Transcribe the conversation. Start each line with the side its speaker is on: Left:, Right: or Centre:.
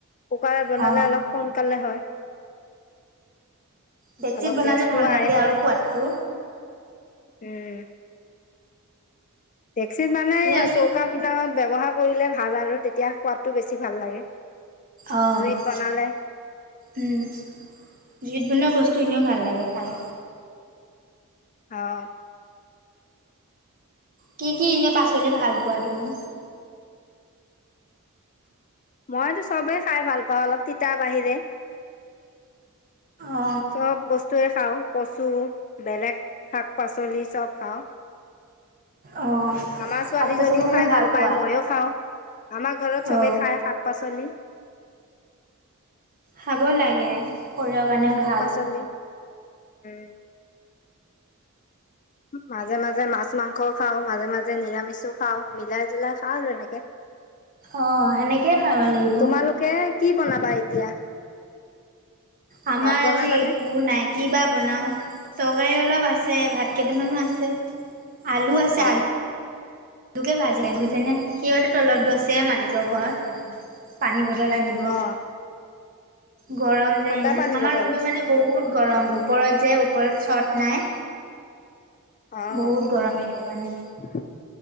Left: কুকাৰত বনালে
Right: অ
Left: অলপ সোনকালে হয়।
Right: ডেকচিত
Left: অলপ
Right: বনালে
Left: গেছটো
Right: ভাল লাগে
Left: আয় হয়।
Right: আৰু সোৱাদটো
Left: উম। ডেক্সিত মানে
Right: এনে তুমি
Left: চৌকাবিলাকত ব্যৱহাৰ কৰিলে ভাল আৰু। তেতিয়া সোৱাদটো বেছি ভাল লাগে।
Right: অ',
Left: জুইত বনালে
Right: উম। জুইত বনোৱা বস্তু এনেও ভাল লাগে খাই।
Left: অ'।
Right: কি কি এনে পাচলি ভাল পোৱা তুমি?
Left: মইতো চবে খাই ভাল পাওঁ, অলপ তিতাৰ বাহিৰে
Right: অ
Left: চব বস্তুৱে খাওঁ, কচু, বেলেগ শাক-পাচলি চব খাওঁ।
Right: অ
Left: আমাৰ ছোৱালীজনীও
Right: শাক পাচলি মানে
Left: খাই ভাল
Right: পোৱা?
Left: পায়। ময়ো খাওঁ, আমাৰ ঘৰত
Right: অ
Left: চবে খাই শাক-পাচলি।
Right: খাব লাগে, শৰীৰৰ কাৰণেও
Left: শাক
Right: ভাল।
Left: পাচলি উম মাজে মাজে মাছ-মাংসও খাওঁ। মাজে মাজে নিৰামিষো খাওঁ। মিলাই-জুলাই খাওঁ আৰু এনেকে।
Right: অ সেনেকেইে খাব লাগিব।
Left: তোমালোকে কি বনাবা এতিয়া?
Right: আমাৰ
Left: ভাত
Right: আজি
Left: বনাবানে
Right: একো নাই কিবা বনাও? চক তৰকাৰী অলপ আছে ভাত কেইটামানো আছে আলু আছে
Left: অ
Right: আলু। লোকে ভাজি আহ যেনে সিহঁতে তলত গৈছে মালিকৰ ঘৰত পানী ব বতল আনিব।
Left: অ
Right: গৰম
Left: ঠাণ্ডা
Right: যে ইমান,
Left: পানী
Right: আমাৰ
Left: বটল
Right: ৰুমতটো মানে বহুত গৰম ওপৰত যে চত নাই।
Left: আহ
Right: বহুত গৰম সেইটো কাৰণে।